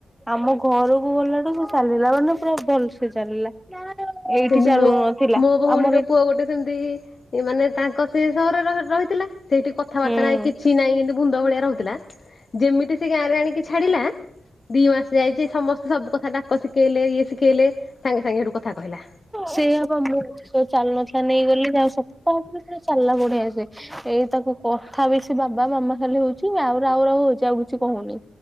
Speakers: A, in the centre; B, on the left (about 55°).
A: ଆମ ଘରକୁ ଗଲାଠୁ ସେ ଚାଲିଲା ମାନେ ପୁରା ଭଲସେ ଚାଲିଲା। ଏଇଠି
B: କେମତି
A: ଚାଲୁ
B: ମୋ-
A: ନଥିଲା
B: ମୋ ଭଉଣୀର
A: ଆମର
B: ପୁଅ ଗୋଟେ ସେମିତି ମାନେ ତାଙ୍କ ସେ ସହରରେ ରହିଥିଲା ସେଇଠି କଥାବାର୍ତ୍ତା
A: ହୁଁ।
B: ନାହିଁ କିଛି ନାହିଁ କିନ୍ତୁ ଭୂନ୍ଦ ଭଳିଆ ରହୁଥିଲା। ଯେମିତି ସେ ଗାଁରେ ଆଣିକି ଛାଡ଼ିଲା ଦିମାସେ ଯାଇଛି ସମ ସେ ସବୁ କଥା ଡାକ ଶିଖେଇଲେ, ଇଏ ଶିଖେଇଲେ ସାଙ୍ଗେ ସାଙ୍ଗେ ସେଠୁ କଥା କହିଲା।
A: ସେଇଆ ବା ମୋ <unintelligible> ଚାଲୁ ନଥିଲା ନେଇଗଲି ଯାହା ହଉ ସପ୍ତାହକ ଭିତରେ ଚାଲିଲା ବଢିଆ ସେ। ଏଇ ତାକୁ କଥା ବି ସେ ବାବା ମାମା ଖାଲି ହଉଛି ଆଉ ରାଉ ରାଉ ହଉଛି ଆଉ କିଛି କହୁନି।